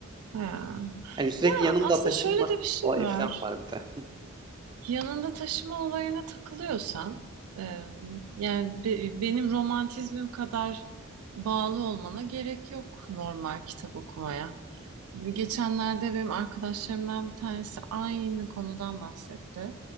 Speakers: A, on the right; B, on the right.
A: Ha.
B: Yani sürekli
A: Ya
B: yanında
A: aslında
B: taşınma
A: şöyle de bir şey
B: olayı
A: var.
B: falan var bir de. Hı.
A: Yanında taşıma olayına takılıyorsan, e, yani be- benim romantizmim kadar bağlı olmana gerek yok normal kitap okumaya. Geçenlerde benim arkadaşlarımdan bir tanesi aynı konudan bahsetti.